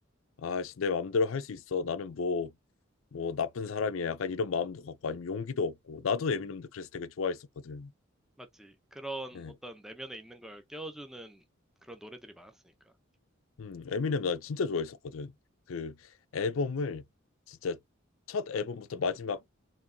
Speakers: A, on the left (about 75°); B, in the centre.
A: 아씨 내 마음대로 할 수 있어 나는 뭐 뭐 나쁜 사람이야 약간 이런 마음도 갖고 아니면 용기도 없고 나도 에미넴도 그래서 되게 좋아했었거든
B: 맞지. 그런
A: 네.
B: 어떤 내면에 있는 걸 깨워주는 그런 노래들이 많았으니까.
A: 음 에미넴 나 진짜 좋아했었거든 그 앨범을 진짜 첫 앨범부터 마지막